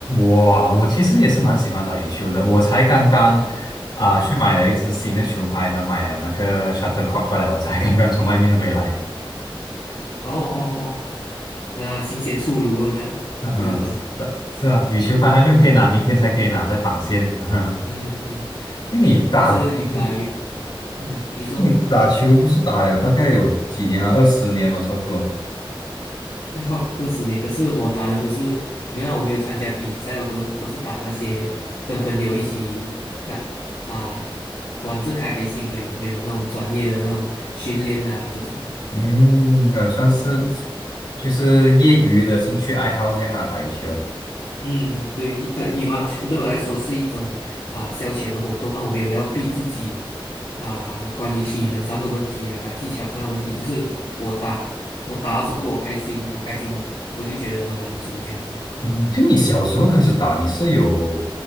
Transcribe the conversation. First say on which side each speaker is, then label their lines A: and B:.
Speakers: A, on the left (about 65°); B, on the left (about 75°).
A: 哇，我其实也是蛮喜欢打羽球的。我才刚刚啊、
B: 嗯
A: 去买了一支新的球拍和买了那个 shuttlecock 过来，我才刚刚从外面回来。
B: 哦哦哦，那新鲜出炉了呢，
A: 嗯，
B: 就是说，
A: 是的，是啊，羽球拍还没有可以拿，
B: 嗯
A: 明天才可以拿，在绑线。<laughs>
B: 嗯嗯。
A: 那你打球，
B: 但是有啊有，嗯，你说
A: 你打球不是打了大概有几年了？二十年了，差不多。
B: <laughs> 二十年，可是我打的都是，原来我没有参加比赛，我都都是打那些跟朋友一起打啊，玩着开心而已，没有那种专业的那种训练啊这种。
A: 嗯，呃，算是就是业余的兴趣爱好这样啦，打羽球。
B: 嗯，对，对，羽毛球对我来说是一种啊消遣的活动啊，我没有要逼自己啊，关于体能上的问题啊，技巧上的问题，就是我打我打的时候我开心，我开心我我就觉得满足这样子。
A: 嗯，就你小时候开始打，你是有